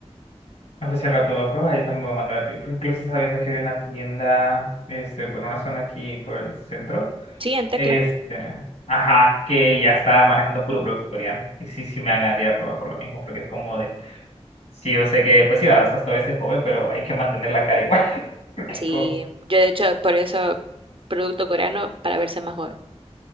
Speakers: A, on the left (about 75°); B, on the right (about 50°).
A: Ah, pues si al rato voy a probar, yo también voy a mandar a pedir, porque incluso sabiendo que había una tienda, este, por una zona aquí, por el centro,
B: Sí, en tecla.
A: este, ajá, que ya está manejando puro producto coreano. Y sí, sí me hagan ir a probar por lo mismo, porque es como de, sí, yo sé que, pues sí, va, o sea, todavía se joven, pero hay que mantener la cara igual, <laughs> porque es
B: Sí,
A: como,
B: yo de hecho por eso producto coreano para verse más joven.